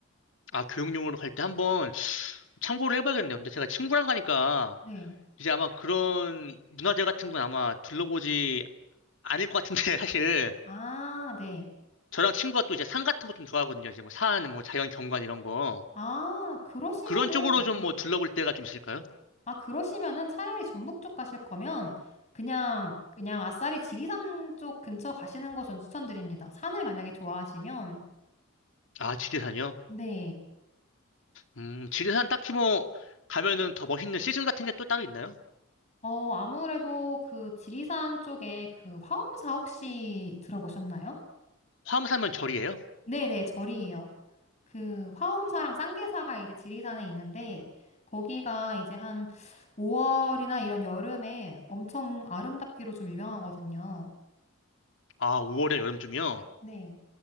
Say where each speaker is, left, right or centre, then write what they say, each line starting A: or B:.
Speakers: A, on the left; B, on the left.
A: 아, 교육용으로 갈 때 한번 참고를 해봐야겠네요. 근데 제가 친구랑 가니까
B: 네.
A: 이제 아마 그런 문화재 같은 건 아마 둘러보지 않을 것 같은데, <laughs> 사실.
B: 아, 네.
A: 저랑 친구가 또 이제 산 같은 거 좀 좋아하거든요. 이제 뭐 산, 뭐 자연 경관 이런 거.
B: 아, 그러시면은,
A: 그런 쪽으로 좀
B: 네.
A: 뭐 둘러볼 때가 좀 있을까요?
B: 아, 그러시면은 차라리 전북 쪽 가실 거면 그냥, 그냥 아싸리 지리산 쪽 근처 가시는 거 전 추천드립니다. 산을 만약에 좋아하시면.
A: 아, 지리산이요?
B: 네.
A: 음, 지리산 딱히 뭐 가면은 더 멋있는 시즌 같은 게 또 따로 있나요?
B: 어, 아무래도 그 지리산 쪽에 그 화엄사 혹시 들어보셨나요?
A: 화암산면 절이에요?
B: 네네, 절이에요. 그 화엄사랑 쌍계사가 이제 지리산에 있는데 거기가 이제 한 5월이나 이런 여름에 엄청 아름답기로 좀 유명하거든요.
A: 아, 5월에 여름쯤이요?
B: 네.